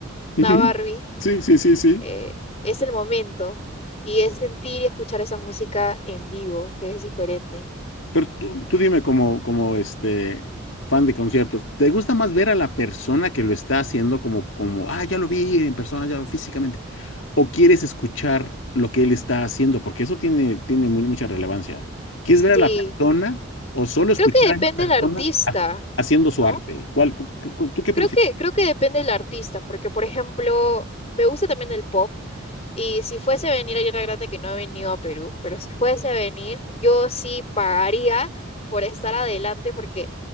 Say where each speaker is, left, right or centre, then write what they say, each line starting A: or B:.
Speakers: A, on the left; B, on the left.
A: <laughs>
B: una Barbie
A: Sí, sí, sí, sí.
B: eh, es el momento y es sentir y escuchar esa música en vivo, que es diferente.
A: Pero tú, tú dime como, como este fan de conciertos, ¿te gusta más ver a la persona que lo está haciendo como, como, ah, ya lo vi en persona, ya lo- físicamente? ¿O quieres escuchar lo que él está haciendo? Porque eso tiene, tiene mu- mucha relevancia. ¿Quieres
B: Sí,
A: ver a la persona o solo escuchar
B: creo que depende
A: a esa persona
B: del artista,
A: ha- haciendo
B: ¿no?
A: su arte? ¿Cuál, cu- cu- cu- tú qué
B: Creo
A: prefieres?
B: que, creo que depende del artista, porque por ejemplo, me gusta también el pop y si fuese a venir a la Grande, que no ha venido a Perú, pero si fuese a venir, yo sí pagaría por estar adelante porque...